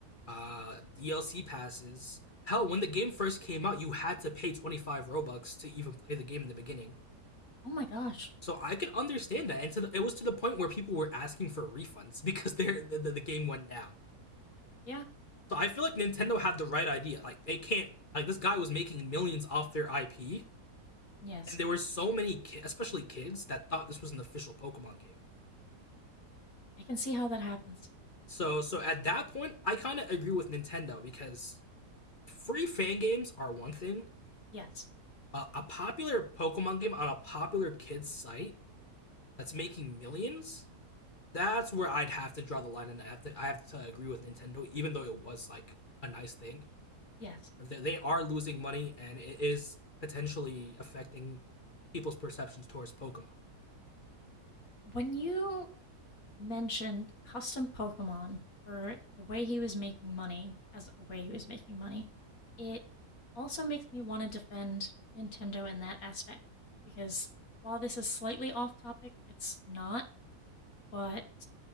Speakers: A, on the left (about 40°); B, on the left (about 60°).
A: uh, DLC passes. Hell, when the game first came out, you had to pay 25 Robux to even play the game in the beginning.
B: Oh my gosh.
A: So I could understand that, and to the, it was to the point where people were asking for refunds <laughs> because their the, the game went down.
B: Yeah.
A: So I feel like Nintendo had the right idea. Like they can't like this guy was making millions off their IP
B: Yes.
A: and there were so many, ki- especially kids, that thought this was an official Pokemon game.
B: I can see how that happens.
A: So, so at that point, I kind of agree with Nintendo because free fan games are one thing.
B: Yes.
A: Uh, a popular Pokemon game on a popular kids site that's making millions, that's where I'd have to draw the line, and I have to I have to agree with Nintendo, even though it was like a nice thing.
B: Yes.
A: They, they are losing money, and it is potentially affecting people's perceptions towards Pokemon.
B: When you mentioned custom Pokemon for the way he was making money, as a way he was making money, it also makes me want to defend Nintendo in that aspect. Because while this is slightly off topic, it's not. But